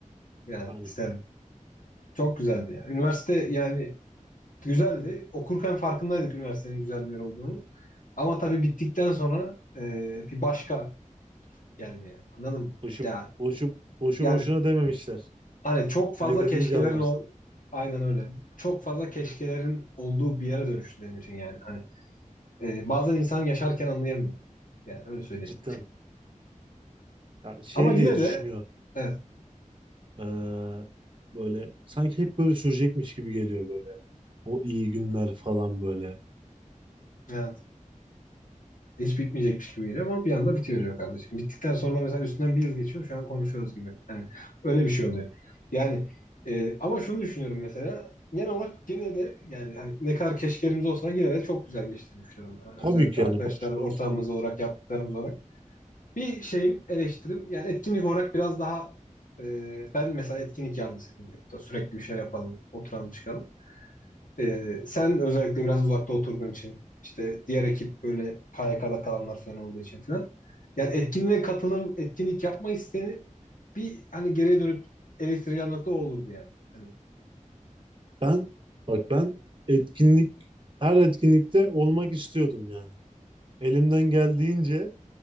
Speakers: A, on the left (about 75°); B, on the right (about 40°).
A: Yani
B: Yani
A: isterim. Çok güzeldi ya. Üniversite yani güzeldi. Okurken farkındaydık üniversitenin güzel bir yer olduğunu. Ama tabii bittikten sonra e, bir başka geldi yani. Anladın mı?
B: boşu,
A: Ya,
B: boşu, boşu
A: yani
B: boşuna dememişler.
A: hani çok fazla
B: Kaybedince
A: keşkelerin
B: anlarsın.
A: o aynen öyle. Çok fazla keşkelerin olduğu bir yere dönüştü benim için yani. Hani e, bazen insan yaşarken anlayamıyor. Yani öyle söyleyeyim.
B: Cidden. Ya şey
A: Ama yine
B: diye düşünüyor.
A: de evet.
B: Ee, böyle sanki hep böyle sürecekmiş gibi geliyor böyle. O iyi günler falan böyle.
A: Yani hiç bitmeyecekmiş gibi geliyor ama bir anda bitiyor diyor kardeşim. Bittikten sonra mesela üstünden bir yıl geçiyor şu an konuşuyoruz gibi. Yani öyle bir şey oluyor. Yani e, ama şunu düşünüyorum mesela genel olarak gene de yani hani ne kadar keşkelerimiz olsa yine de çok güzel geçtiğini düşünüyorum. ben. Yani
B: Tabii
A: özellikle
B: ki
A: arkadaşlar
B: yani baştan
A: ortamımız
B: sona.
A: olarak yaptıklarımız olarak. Bir şeyim eleştirim yani etkinlik olarak biraz daha e, ben mesela etkinlik yanlısıyım grupta. Sürekli bir şeyler yapalım, oturalım çıkalım. Ee, sen özellikle biraz uzakta oturduğun için işte diğer ekip böyle KYK'da kalanlar falan olduğu için falan. Yani etkinliğe katılım, etkinlik yapma isteğini bir hani geriye dönüp eleştireceğim nokta o olurdu yani. Hani
B: Ben bak ben etkinlik her etkinlikte olmak istiyordum yani. Elimden geldiğince